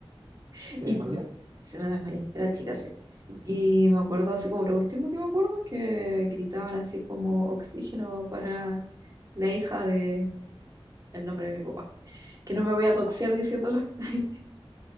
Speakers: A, on the right; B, on the right.
A: <laughs>
B: ¿Te
A: Y
B: desmayaste?
A: todo. Se me desmayé, era chica, sí.
B: ¿no?
A: Y me acuerdo, así como lo último que me acuerdo es que gritaban así como oxígeno para la hija de el nombre de mi papá. Que no me voy a doxear diciéndolo. <laughs>